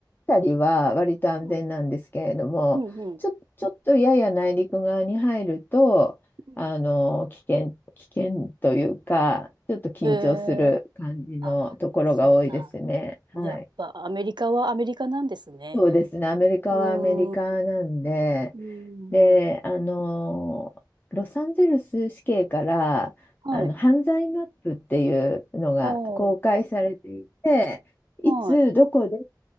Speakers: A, on the left (about 25°); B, on the right (about 80°).
A: たりは割と安全なんですけれども、
B: うん。うん。うん。
A: ちょ、ちょっとやや内陸側に入ると、
B: うん
A: あの、危険、危険というか、ちょっと緊張する感じのところが多いですね。
B: へえ。あ、そうなんだ。
A: はい。
B: やっぱアメリカはアメリカなんですね。
A: そうですね。アメリカはアメリカなんで、
B: うーん、うーん、
A: で、あの、ロサンゼルス市警から、
B: はい。
A: あの、犯罪マップっていうのが公開されていて、
B: ああ、
A: いつ、
B: はい。
A: どこで